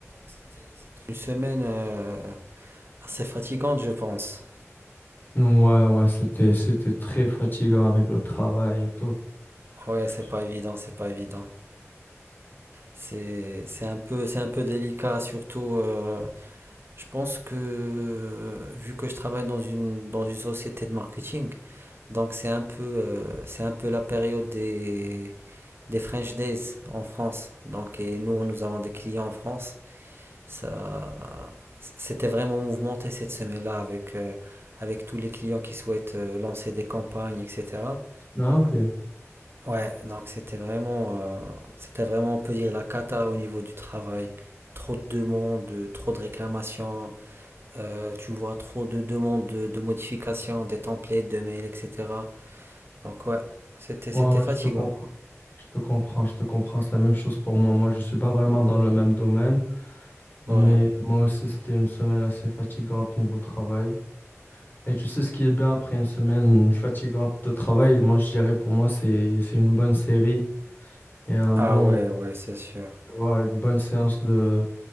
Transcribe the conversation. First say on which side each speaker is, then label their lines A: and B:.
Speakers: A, on the right; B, on the left.
A: C'était une semaine euh, assez fatigante, je pense.
B: Ouais, ouais, c'était, c'était très fatigant avec le travail et tout.
A: Ouais,
B: Je
A: c'est pas évident, c'est pas évident. C'est, c'est un peu, c'est un peu délicat, surtout. euh, je pense que euh, vu que je travaille dans une, dans une société de marketing, donc c'est un peu, euh, c'est un peu la période des, des French Days en France. Donc, et nous, nous avons des clients en France. Ça, c'était vraiment mouvementé cette semaine-là avec, euh, avec tous les clients qui souhaitent euh, lancer des campagnes, etc.
B: Ah, ok. Ouais,
A: Ouais, donc c'était vraiment, euh, c'était vraiment, on peut dire, la cata au niveau du travail. Trop de demandes, euh, trop de réclamations, euh, tu vois trop de demandes de, de modifications, des templates, de mails, etc. Donc ouais, c'était,
B: ouais,
A: c'était fatigant.
B: je te comprends. Je te comprends, je te comprends. C'est la même chose pour moi. Moi, je suis pas vraiment dans le même domaine, mais
A: Ouais.
B: moi aussi, c'était une semaine assez fatigante niveau travail. Et tu sais ce qui est bien après une semaine fatigante de travail, moi, je dirais pour moi, c'est, c'est une bonne série et un
A: Ah
B: bon,
A: ouais, ouais, c'est sûr.
B: tu vois, une bonne séance de,